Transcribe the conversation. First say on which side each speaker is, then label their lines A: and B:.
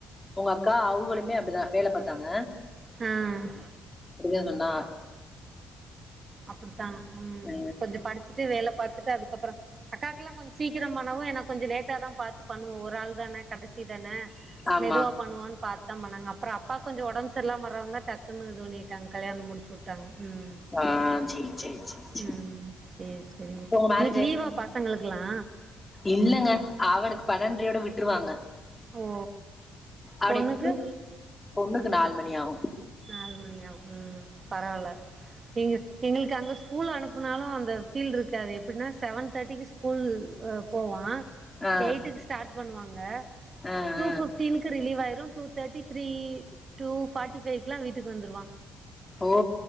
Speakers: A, on the left (about 15°); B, on the right (about 40°).
A: உங்க அக்கா அவகளுமே அப்டிதா வேல பார்த்தாங்க
B: ம்
A: அப்டிதா சொன்னா
B: அப்டித்தா ம்
A: அ
B: கொஞ்சம் படிச்சுட்டு வேல பார்த்துட்டு அதுக் கப்புறோ அக்காக்குல்லா கொஞ்சோ சீக்கிரோ பண்ணவு எனக்கு கொஞ்சோ லேட்டா தா பார்த்து பண்ணுவோ ஒரு ஆள் தானே கடைசி தனே
A: ஆமா.
B: மெதுவா பண்ணுவோன் பார்த் த்தா பண்ணாங்க அப்புறோ அப்பாக் கொஞ்சோ ஒடம்பு சரியில்லாம வறவோனே டக்குன்னு இது பண்ணிட்டாங்க கல்யாணோ முடிச்சுட் டாங் ம்
A: ஆ சரி சரி சரி சரி.
B: ம் செரி செரிங்க
A: உங்க மேரேஜ்
B: இன்னைக்கி
A: ஆயி
B: லீவா
A: எத்தன
B: பசங்களுக்குல்லா
A: இல்லங்க அவனுக்கு பன்னெண்ரையோட விட்ருவாங்க
B: ஓ
A: அவனை
B: பொண்ணுக்கு
A: இப்போஸ் பொண்ணுக்கு நாலு மணி ஆகு
B: நாலு மணி ஆகு ம் பரவால்ல நீங்க எங்களுக்கு அங்க ஸ்கூல் அனுப்புனாலு அந்த ஃபீல் ருக்காது எப்டினா செவன் தேர்டிக்கு ஸ் ஸ்கூல் அ போவா
A: ஆ,
B: எயிட்டுக்கு ஸ்டார்ட் பண்ணுவாங்க
A: ஆ,
B: டூ
A: ஆ.
B: ஃபிஃப் டின்கு ரிலீவ் ஆயிரு two thirty three two forty ஃபைவ்க்குலா வீட்டுக்கு வந்துருவா
A: ஓ